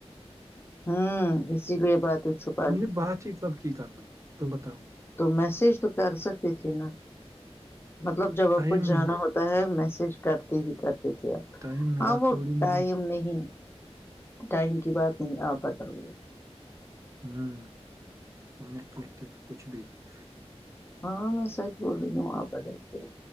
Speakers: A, on the left; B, on the right.
A: ہوں اسی لیے بات چپ
B: ہم نے بات ہی کب کی کہال تو بتاؤ
A: تو میسج تو کر سکتی تھی نا مطلب جب
B: ٹائم
A: آپ کو جانا
B: مل
A: ہوتا میسج کرتے ہی کرتے تھے آپ
B: ٹائم ملا
A: ہاں وہ
B: تھوڑی
A: ٹائم
B: مجھے
A: نہیں ٹائم کی بات نہیں آپ بتل گے
B: ہوں تو کہ کچھ بھی <unintelligible>
A: ہاں میں سحچ بول رہی ہوں وہاں پیدل پہ